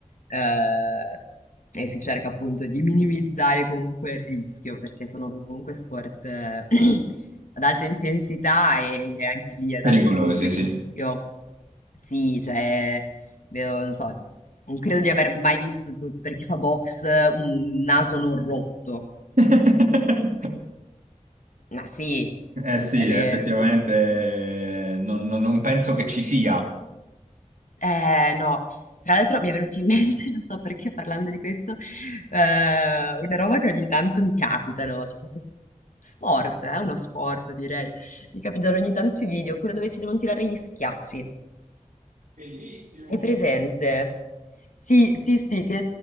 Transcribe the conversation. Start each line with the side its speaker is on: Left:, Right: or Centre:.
Left: eh, e si cerca appunto di minimizzare comunque il rischio, perché sono comunque sport eh, <clears throat> ad alta intensità e anche lì ad
Right: Pericolosi,
Left: alto comunque rischio.
Right: sì.
Left: Sì, cioè... Vedo, non so, non credo di aver mai visto, p- per chi fa box, un naso non rotto.
Right: <laughs>
Left: Ma sì,
Right: Eh sì,
Left: è
Right: effettivamente
Left: vero.
Right: eh, non, non- non penso che ci sia.
Left: Eh, no. Tra l'altro mi è venuto in mente, <laughs> non so perché parlando di questo, eh, una roba che ogni tanto mi capita, no? Cioè questo s- sport, è uno sport direi. Mi capitano ogni tanto i video, quello dove si devono tirare gli schiaffi.
Right: Bellissimo.
Left: È presente? Sì, sì, sì, che